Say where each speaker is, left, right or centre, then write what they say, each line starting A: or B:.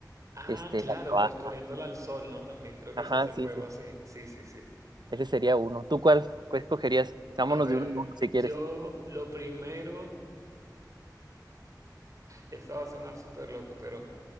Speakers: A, on the right; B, on the right.
A: Ah,
B: Este,
A: claro,
B: la navaja.
A: pues poniéndola al sol, ¿no? También creo que
B: Ajá,
A: se hace
B: sí,
A: fuego
B: sí.
A: así. Sí, sí, sí.
B: Ese sería uno. ¿Tú cuál, cuál escogerías? Vámonos
A: A ver,
B: de uno en uno si quieres.
A: yo lo primero, esto va a sonar súper loco, pero